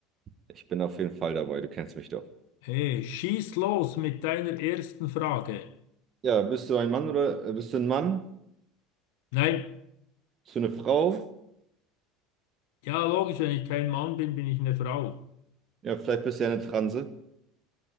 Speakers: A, on the right (about 40°); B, on the left (about 70°).
A: ich bin auf jeden Fall dabei. Du kennst mich doch.
B: Hey, schieß los mit deiner ersten Frage.
A: Ja, bist du ein Mann oder äh, bist du ein Mann?
B: Nein,
A: Bist du eine Frau?
B: ja, logisch, wenn ich kein Mann bin, bin ich eine Frau.
A: Ja, vielleicht bist du ja eine Transe.